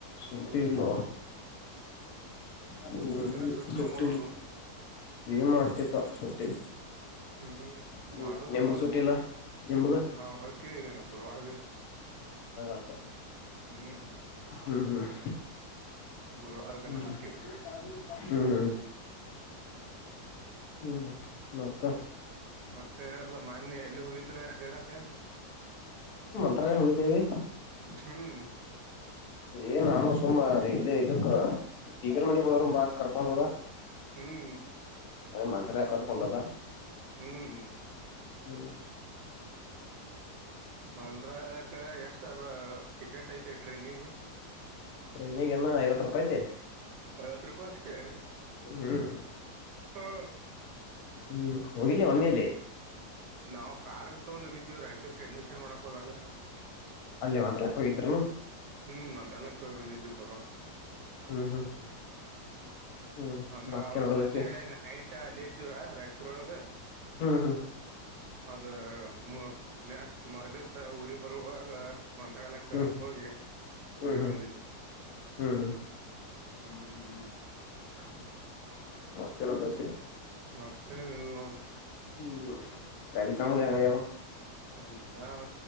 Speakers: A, on the left; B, on the right.
A: ಊಟ್ಟಲ್ಲ. ಹ್ಮ್
B: ನೀವೇ ಸೂಟಿ
A: ಸುಟ್ಟ
B: ಮಾಡೋದು
A: ಏನ್ ಮಾಡ್ತಿಪ್ಪ ಸುಟ್ಟಿ
B: ಹ್ಮ್
A: ಹ್ಮ್
B: ಮಾಡೋದಪ್ಪಾ
A: ನೆಂಬು ಸುಟ್ಟಿಲ್ಲ ನಿಂಬುದಕಾಗ
B: ನಾವ್ ಹೊಕ್ಕಿವಿ ಗುರುವಾರ ದಿವ್ಸ
A: ಆತ.
B: ಹ್ಮ್
A: ಹ್ಮ್ ಹ್ಮ್.
B: ಗುರುವಾರ ದಿನ
A: ಹ್ಮ
B: ಹೊಕ್ಕಿವಿ
A: ಹ್ಮ್ ಹ್ಮ್. ಹ್ಮ ಮತ್ತ.
B: ಮತ್ತೆ ಎಲ್ಲ ಮನೆೆ ಎಲ್ಲಿ ಹೋಗಿದ್ರೆ ಅಡ್ಡಕ.
A: ಹತ್ರ ಹೋಯ್ದೇವಿ.
B: ಹ್ಮ್.
A: ಏ ನಾನು ಸುಮ್ಮ ಇಲ್ಲ ಇದಕ್ಕ ಇಗರ ಮನಿಗೆ ಹೋದರು ಮಾತ್. ಕರ್ಕೊಂಡುಬೋದಾ.
B: ಹ್ಮ್
A: ಮಂತ್ರಾಲಯ ಕರ್ಕೊಂಡ್ ಹೋದ
B: ಹ್ಮ್ ಹ್ಮ್.
A: ಹ್ಮ್.
B: ಮಂತ್ರಲಾಯಕೆ ಎಷ್ಟ ಟಿಕೆಟ್ ಐತಿ ಟ್ರೈನಿಗೆ
A: ಟ್ರೈನಿಗೇನ ಐವತ್ ರೂಪಾಯಿ ಐತಿ
B: ಐವತ್ ರೂಪಾಯಿ ಅಷ್ಟೇ
A: ಹ್ಮ್
B: ಹಾ.
A: ಹ್ಮ್ ಹೋಗಿಲ್ಲ ಮಮ್ಮಿಯಲ್ಲೇ.
B: ನಾವು ಕಾರಾರ್ ತೊಂದೋಗಿದ್ದೇವಿ ರಾಯಚೂರ್ಗೆ ಅಡ್ಮಿಷನ್ ಮಾಡಕ್ ಹೋದಾಗ.
A: ಅಲ್ಲಿ ಮಂತ್ಲಕ್ ಹೋಗಿದ್ನು್ಮ
B: ಹ್ಮ್ ಮಂತ್ರಾಲಯಕ್ ಹೋಗಿ ಬಂದಿದ್ವಿ ಬರೋ
A: ಹ್ಮ್ ಹ್ಮ್. ಹ್ಮ್
B: ಅಂದ್ರ
A: ಮತ್ತೆ
B: ಅವತ್
A: ನಡದೈತಿ
B: ಅಲ್ಲಿ ನೈಟ್ ಅಲ್ಲಿ ಇದವ ರಾಯಚೂರೊಳಗ.
A: ಹ್ಮ್ ಹ್ಮ್.
B: ಅದ. ನನ್ಯಾ ಮರದಿವ್ಸ ಊರಿಗೆ ಬರುವಾಗ ಮಂತ್ರಾಲಯಕ್ಕೆ
A: ಹ್ಮ್
B: ಹೋಗಿ
A: ಹ್ಮ್
B: ಊರಿಗ್
A: ಹ್ಮ್
B: ಬಂದಿದವಿ.
A: ಹ್ಮ್ ಹ್ಮ್
B: ಹ್ಮ್ ಹ್ಮ. <inaudible>
A: ಮತ್ತೆನ ತರ್ತಿ.
B: ಮತ್ತೆ ಎಲ್ ನೋಡರಿ.
A: ಹ್ಮ್ ಎಕ್ಸಾಮ್ ಯಾವಾಗ ಯಾವಾಗ
B: ಎಕ್ಸಾಮ್